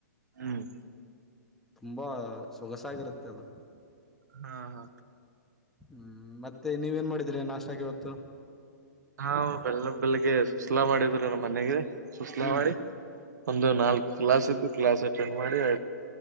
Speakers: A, on the right; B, in the centre.
A: ಹ್ಮ್
B: ತುಂಬಾ ಸೊಗಸಾಗಿರುತ್ತೆ ಅದು
A: ಹಾ ಹಾ
B: ಹ್ಞ ಮತ್ತೆ ನೀವೇಏನು ಮಾಡಿದೀರಿ ನಾಷ್ಟಾಗಿವತ್ತು
A: ನಾ ಬೆಳ್ಳ ಬೆಳಗ್ಗೆ ಸುಸ್ಲಾ ಮಾಡಿದ್ ನಮ್ಮ ಮನೆಗೆ ಸುಸ್ಲಾ
B: ಹ್ಮ್
A: ಮಾಡಿ ಒಂದು ನಾಲ್ಕು ಕ್ಲಾಸ್ ಇದ್ದು ಕ್ಲಾಸ್ ಅಟೆಂಡ್ ಮಾಡಿ